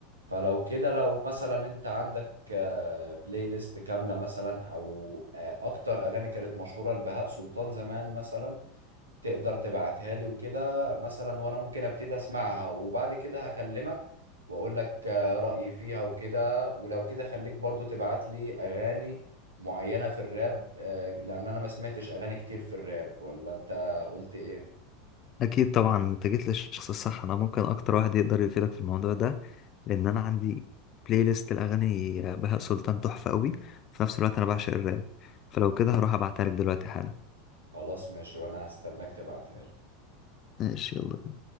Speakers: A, on the right; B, on the left.
A: فلو كده لو مثلا انت عندك آه، بلاي ليست كاملة مثلا او آه، اكتر اغاني كانت مشهورة لبهاء سلطان زمان مثلا تقدر تبعتها لي وكده مثلا وانا ممكن ابتدي اسمعها وبعد كده هكلمك واقول لك آه، رأيي فيها وكده ولو كده خليك برضو تبعت لي اغاني معينة في الراب آه، لان انا ما سمعتش اغاني كتير في الراب ولا انت قلت ايه
B: اكيد طبعا انت جيت للشخص الصح انا ممكن اكتر واحد يقدر يفيدك في الموضوع ده لان انا عندي بلاي ليست الاغاني بهاء سلطان تحفه قوي في نفس الوقت انا بعشق الراب فلو كده هروح ابعتها لك دلوقتي حالا
A: خلاص ماشي وانا هستناك تبعتها لي
B: ماشي يلا